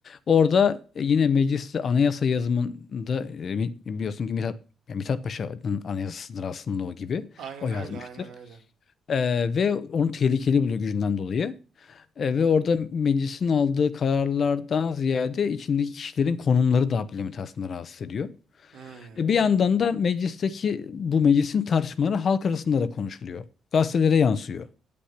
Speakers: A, on the left; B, on the right.
A: Orada e, yine mecliste anayasa yazımında e, mi- biliyorsun ki Mithat, yani Mithat Paşa'nın anayasasıdır aslında o gibi.
B: Aynen
A: O yazmıştır.
B: öyle aynen öyle.
A: Ee, ve onu tehlikeli buluyor gücünden dolayı. Ee, ve orada meclisin aldığı kararlardan ziyade içindeki kişilerin konumları da Abdülhamit'i aslında rahatsız ediyor.
B: Hmm.
A: E, bir yandan da meclisteki bu meclisin tartışmaları halk arasında da konuşuluyor. Gazetelere yansıyor.